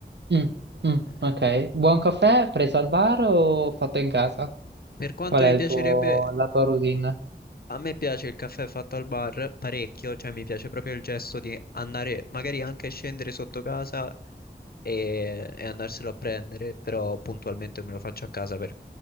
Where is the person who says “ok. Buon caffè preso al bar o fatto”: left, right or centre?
Right